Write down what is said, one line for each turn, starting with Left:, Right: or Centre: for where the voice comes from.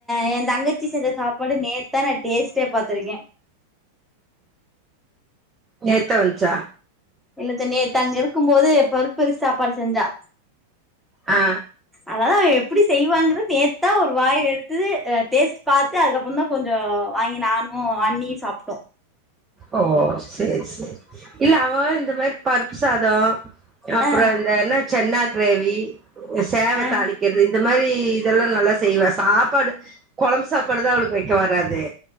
Centre: ஏ தங்கச்சி செஞ்ச சாப்பாடு நேத்தா நா டேஸ்ட்டே பாத்திருக்கே
Right: நேத்தா வந்ச்சா
Centre: இல்லத்த நேத்தங்க இருக்கு போது பருப்பரு சாப்பாடு செஞ்சா
Right: ஆ
Centre: அதா எப்பிடி செய்வாங்குற நேத்தா ஒரு வாய் எடுத்து டேஸ்ட் பாத்து அதுக்கப்புற தா கொஞ்ச வாங்கி நானு அண்ணியு சாப்டோ
Right: ஓ சேரி சேரி இல்ல அவ இந்த மாரி பருப்பு சாதோ அப்புற
Centre: ஆ
Right: இந்த என்ன சென்னா கிரேவி சேவ
Centre: ஆ
Right: தாளிக்கிறது இந்த மாரி இதெல்லா நல்லா செய்வா சாப்பாடு குழம்பு சாப்பாடு தா அவளுக்கு வைக்க வராது